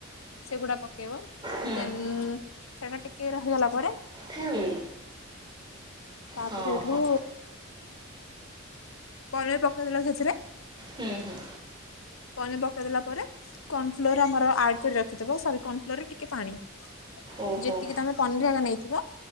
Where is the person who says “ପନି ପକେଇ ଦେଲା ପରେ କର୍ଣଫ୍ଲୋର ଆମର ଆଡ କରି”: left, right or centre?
Left